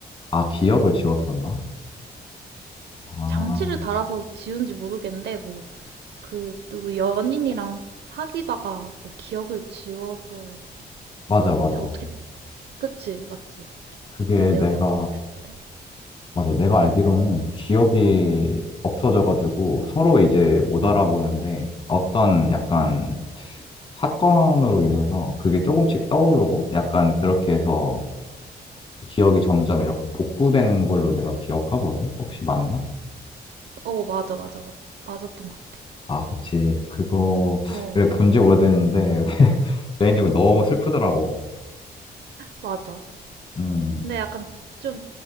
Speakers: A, on the left; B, on the right.
A: 아, 기억을 지웠었나? 아,
B: 장치를 달아서 지운지 모르겠는데, 뭐, 그, 누구 연인이랑 사귀다가, 뭐, 기억을 지워서.
A: 맞아, 맞아.
B: 근데 어떻게, 그치, 맞지?
A: 그게
B: 그런 내용이었던
A: 내가,
B: 것 같은데.
A: 맞아. 내가 알기로는 기억이 없어져가지고 서로 이제 못 알아보는데
B: 응,
A: 어떤 약간
B: 응.
A: 사건으로 인해서 그게 조금씩 떠오르고 약간 그렇게 해서 기억이 점점 이렇게 복구되는 걸로 내가 기억하거든? 혹시 맞나?
B: 어, 맞아, 맞아, 맞, 맞았던 것 같아.
A: 아, 그치. 그거,
B: 어,
A: 그래, 본지 오래됐는데 <laughs> 개인적으로 너무 슬프더라고.
B: 맞아.
A: 음.
B: 근데 약간 좀,